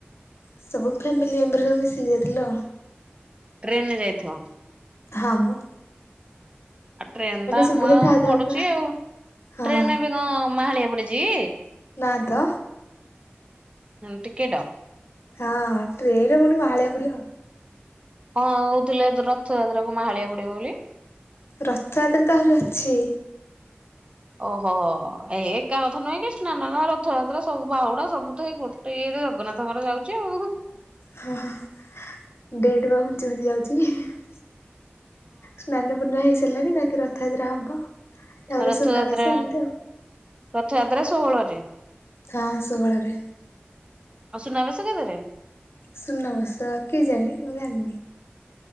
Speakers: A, on the left (about 80°); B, on the right (about 25°).
A: ସବୁ ଫ୍ୟାମିଲି ମେମ୍ବର ସବୁ ମିଶିିକି ଯାଇଥିଲୁ ଆଉ।
B: ଟ୍ରେନରେ ଯାଇଥିବ?
A: ହା ମୋ।
B: ଟ୍ରେନ୍ ତ ଆମ
A: ସୁବିଧା ଥାଉ ଥାଉ
B: ପଡ଼ୁଚି
A: କା
B: ଆଉ
A: ହଁ
B: ଟ୍ରେନ୍ ଏବେ କଣ ମାହାଳିଆ ପଡିଚି?
A: ନାଁ ତ?
B: ହୁଁ ଟିକେଟ
A: ହଁ ଟ୍ରେନେ କୋଉଠି ମାହାଳିଆ ପଡିବ?
B: ହଁ ହଉଥିଲେ ତ ରଥଯାତ୍ରା କୁ ମାହାଳିଆ ପଡିବ ବୋଲି।
A: ରଥଯାତ୍ରା ତ ଆହୁରି ଅଛି।
B: ଓହୋ ଏ ଏକା କଥା ନୁହେଁ କି ସ୍ନାନ ନା ରଥଯାତ୍ରା ସବୁ ବାହୁଡା ସବୁ ତ ଏଇ ଗୋଟ୍ ଟିଏ ତ ଜଗନ୍ନାଥଙ୍କ ର ଯାଉଚି ଆଉ ଉହୁ।
A: ହଁ ହଁ ହଁ ଡେଟ୍ ବା ଘୁଞ୍ଚି ଘୁଞ୍ଚି ଯାଉଚି ଇ ଏ ହେଁ। ସ୍ନାନ ପୂର୍ଣ୍ଣ ହେଇସାରିଲାଣି ବାକି ରଥଯାତ୍ରା ହବ। ତାପରେ
B: ରଥଯାତ୍ରା
A: ସୁନାବେଶ ଏମିତି ଆଉ।
B: ରଥଯାତ୍ରା ଷୋହଳରେ।
A: ହଁ ଷୋହଳରେ
B: ଆଉ ସୁନା ବେଶ କେତେରେ?
A: ସୁନା ବେଶ କେଜାଣି ମୁଁ ଜାଣିନି।